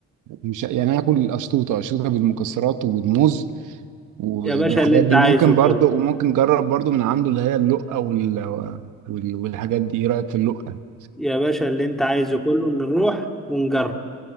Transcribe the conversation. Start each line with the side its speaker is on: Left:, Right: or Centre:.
Right: مش يعني انا هاكل الاشطوطة اشطوطة بالمكسرات وبالموز وبالحاجات
Centre: يا باشا اللي انت
Right: دي
Centre: عايزه
Right: وممكن برضه
Centre: كله
Right: وممكن جرب برضه من عنده اللي هي اللقة وال... وال... والحاجات دي ايه رأيك في اللقة
Centre: يا باشا اللي انت عايزه كله نروح ونجرب